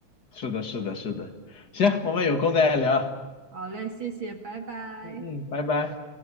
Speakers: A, on the left (about 35°); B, on the right (about 40°).
A: 是的，是的，是的，行，我们有空再聊，
B: 好嘞，谢谢，拜拜。
A: 嗯嗯，拜拜。